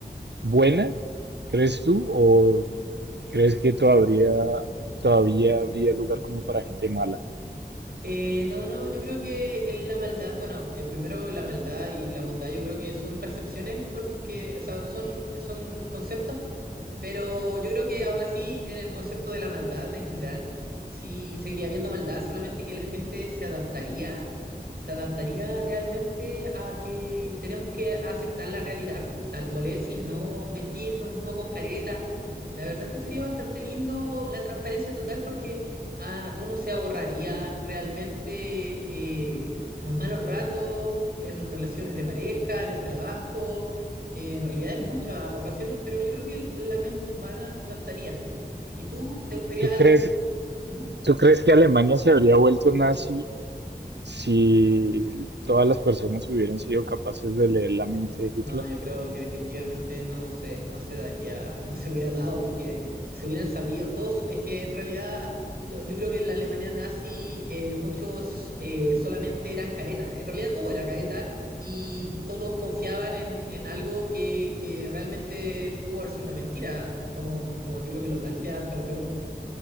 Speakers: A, on the right; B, on the right.
A: buena, crees tú, o crees que todavía, todavía habría lugar como para gente mala?
B: Eh, no, no, yo creo que es la maldad, bueno, eh, primero la maldad y la bondad, yo creo que son percepciones porque, o sea, son, son conceptos pero yo creo que aún así, en el concepto de la maldad en general, sí seguiría habiendo maldad, solamente que la gente se adaptaría, se adaptaría realmente a que tenemos que aceptar la realidad tal cual es y no mentirnos, no con caretas. La verdad es que sería bastante lindo la transparencia total porque ah, uno se ahorraría realmente eh, los malos ratos en relaciones de pareja, en el trabajo eh, en realidad en muchas ocasiones, pero yo creo que la mente humana se adaptaría. ¿Y tú te gustaría
A: ¿Tú
B: algún...
A: crees
B: ¿Mm?
A: ¿Tú crees que Alemania se habría vuelto nazi si todas las personas hubieran sido capaces de leer la mente de Hitler?
B: No, yo creo que definitivamente no se, no se daría, no se hubiera dado porque se hubieran sabido, todos, es que en realidad lo- yo creo que en la Alemania nazi eh, muchos eh, solamente eran caretas, en realidad todo era careta y todos confiaban en, en algo que, que realmente pudo haber sido una mentira, como, como yo creo que lo planteas con la pregunta.